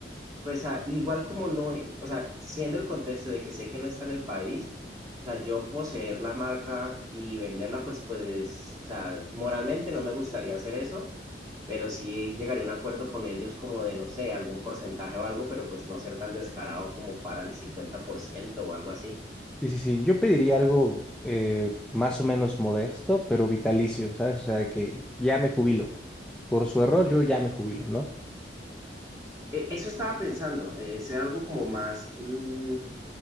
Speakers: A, on the right; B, in the centre.
A: Pues a- igual como no, e- o sea, siendo el contexto de que sé que no está en el país, o sea, yo poseer la marca y venderla, pues, pues, o sea, moralmente no me gustaría hacer eso, pero sí llegaría a un acuerdo con ellos como de, no sé, algún porcentaje o algo, pero pues no ser tan descarado como para el 50% o algo así.
B: Sí, sí, sí. Yo pediría algo eh, más o menos modesto, pero vitalicio, ¿sabes? O sea, de que ya me jubilo. Por su error, yo ya me jubilo, ¿no?
A: Eh, Eso estaba pensando, eh, ser algo como más, mm,